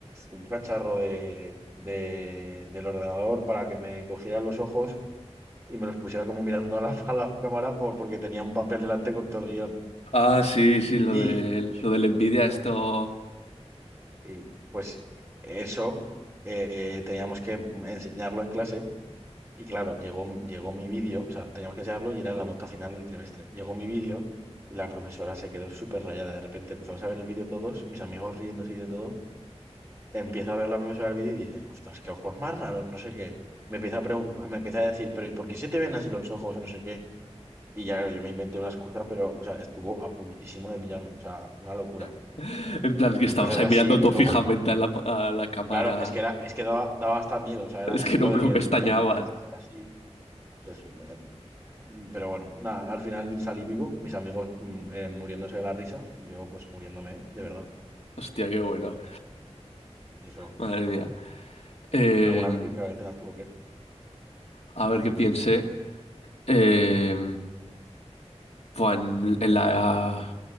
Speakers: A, on the right (about 25°); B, on the left (about 70°).
A: un cacharro de, de- del ordenador para que me cogieran los ojos y me los pusiera como mirando a la, <laughs> a la cámara por- porque tenía un papel delante con todo el guión.
B: Ah, sí, sí, lo
A: Y,
B: de lo de la envidia, esto.
A: y, pues eso eh, teníamos que enseñarlo en clase Y claro, llegó, llegó mi vídeo, o sea, teníamos que enseñarlo y era la nota final del trimestre. Llegó mi vídeo y la profesora se quedó súper rayada. De repente empezamos a ver el vídeo todos, mis amigos riéndose y de todo. Empieza a ver la profesora el vídeo y dice, ostras, qué ojos más raros, no sé qué. Me empieza a, pregun- me empieza a decir, pero ¿y por qué se te ven así los ojos? o No sé qué. Y ya, claro, yo me inventé una excusa, pero, o sea, estuvo a puntísimo de pillarme, o sea, una locura.
B: <laughs> En plan, que estabas
A: Y cosas
B: ahí
A: así,
B: mirando todo
A: y luego,
B: fijamente a la, a la cámara.
A: claro, es que, era, es que daba, daba hasta miedo, o sea, era
B: Es
A: típico
B: que no, no
A: de que
B: me
A: el-
B: extrañaban.
A: el- los ojos así Yo sí me- mm, Pero bueno, nada, al final salí vivo, mis amigos mm, eh, muriéndose de la risa y yo pues muriéndome de verdad.
B: Hostia, qué bueno.
A: Y eso,
B: Madre mía. Eh,
A: alguna crítica que tengas tuvo que
B: a ver qué piense. Eh, Pues en, en la,